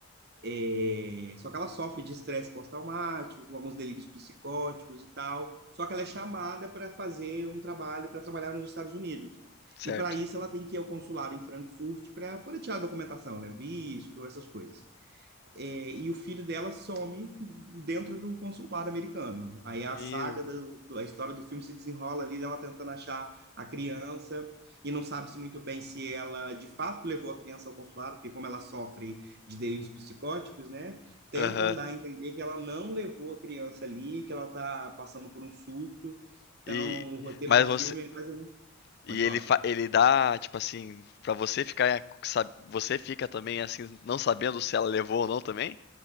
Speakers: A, on the right (about 50°); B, on the left (about 50°).
A: É, só que ela sofre de estresse pós-traumático, com alguns delírios psicóticos e tal. Só que ela é chamada para fazer um trabalho, para trabalhar nos Estados Unidos.
B: certo.
A: E para isso ela tem que ir ao consulado em Frankfurt para poder tirar a documentação, né? Visto, essas coisas. É, e o filho dela some dentro do consulado americano. Aí a
B: Meu.
A: saga, do, do- a história do filme se desenrola ali dela tentando achar a criança e não sabe-se muito bem se ela de fato levou a criança ao consulado, porque como ela sofre de delírios psicóticos, né? Tentam
B: Aham.
A: dar a entender que ela não levou a criança ali, que ela está passando por um surto. Então,
B: E
A: o roteiro
B: mas
A: do
B: você
A: filme é mais ou menos...
B: E
A: Pode falar.
B: ele, fa- ele dá, tipo assim, pra você ficar, sab- você fica também assim, não sabendo se ela levou ou não também?